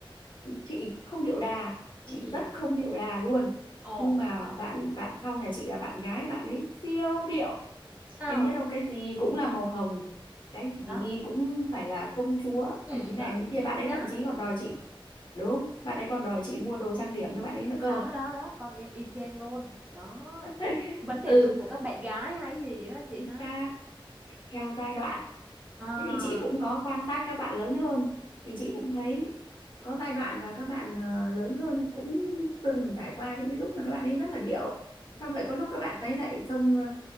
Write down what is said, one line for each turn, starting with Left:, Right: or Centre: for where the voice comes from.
Left: chị không điệu đà
Right: ừ,
Left: chị rất không điệu đà luôn
Right: ồ,
Left: nhưng mà bạn bạn sau nhà chị là bạn gái bạn ấy siêu điệu
Right: ờ,
Left: em biết không cái gì cũng là màu hồng cái
Right: đó,
Left: gì cũng phải là công chúa
Right: ừ,
Left: phải thế này
Right: đó,
Left: thế kia bạn
Right: con
Left: ấy
Right: gái,
Left: thậm chí còn
Right: ừ.
Left: đòi chị đúng bạn ấy còn đòi chị mua đồ trang điểm cho bạn ấy nữa cơ
Right: đó, đó, đó, con em y chang luôn, đó.
Left: <laughs>
Right: Vấn đề
Left: ừ
Right: chung của các bạn gái hay gì á
Left: chúng
Right: chị hả
Left: ta theo giai đoạn
Right: À,
Left: thế thì chị cũng có quan sát các bạn lớn hơn thì chị cũng thấy có giai đoạn là các bạn ờ, lớn hơn cũng từng trải qua những cái lúc mà các bạn ấy rất là điệu
Right: dạ,
Left: xong lại có lúc các bạn ấy lại trông ờ,